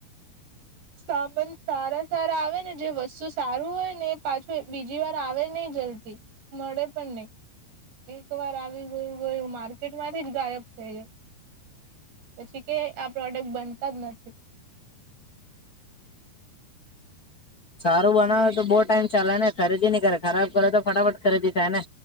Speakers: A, on the right (about 75°); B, on the left (about 50°).
A: સામાન સારા સારા આવે ને જે વસ્તુ સારું હોય ને પાછું બીજી વાર આવે નય જલ્દી મળે પણ નહીં. એક વાર આવી ગયું ગયુ માર્કેટ માંથી જ ગાયબ <unintelligible> પછી કે આ પ્રોડક્ટ બનતા જ નથી.
B: સારું બનાવે તો બો ટાઈમ ચાલે ને ખરીદી નહી કરે ખરાબ કરે તો ફટાફટ ખરીદી થાય ને